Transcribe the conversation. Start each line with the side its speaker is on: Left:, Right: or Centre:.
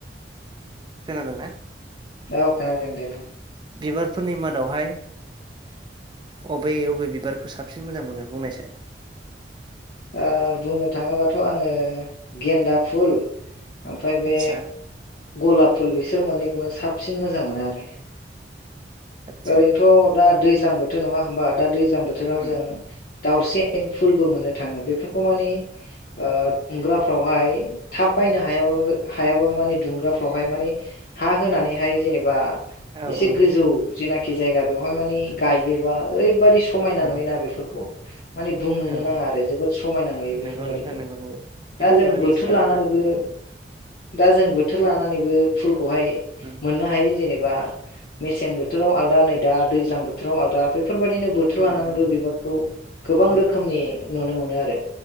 Right: खोनादोंना?
Left: औ खोनादों दे बुं।
Right: बिबारफोरनि मादावहाय। अबे अबे बिबारखौ साबसिन मोजां मोनो बुंनायसाय।
Left: ओ बुंनो थाङोबाथ' आङो गेन्दा फुल। ओमफफ्राय बे
Right: आदसा
Left: गलाब फुल बिसोर मोननैखौनो साबसिन मोजां मोना आरो।
Right: आदसा
Left: ओरैनोथ' दा दैज्लां बोथोर नङा होमबा दा दैज्लां बोथोराव
Right: उम
Left: जों। दाउसे फुलबो मोनो। थाङो बेफोरखौ माने ओ दुंग्राफ्रावहाय थाब बायनो हायाबाबो हायाबाबो मानि दुंग्राफ्रावहाय माने हा होनानैहाय जेनेबा-
Right: औ
Left: एसे
Right: औ
Left: गोजौ जेनाखि जायगा बेवहाय मानि गायोबा ओरै- बादि समायना
Right: औ
Left: नुयोना बेफोरखौ मानि बुंनोनो
Right: औ
Left: नाङा आरो। जोबोद समायना नुयो बेफोरबायदिखौ
Right: नंगौ नोंथां नंगौ नंगौ
Left: दा
Right: एखेबारे
Left: जों बोथोर
Right: सियरथार
Left: लानानैबो दा जों बोथोर लानानैबो फुलखौहाय
Right: उम
Left: मोननो हायो। जेनेबा मेसें बोथोराव आलदा नै दा दैज्लां बोथोराव आलदा बे फोरबायदिनो बोथोर
Right: उम
Left: लानानैबो
Right: उम उम
Left: बिबारखौ गोबां
Right: उम
Left: रोखोमनि नुनो मोनो आरो।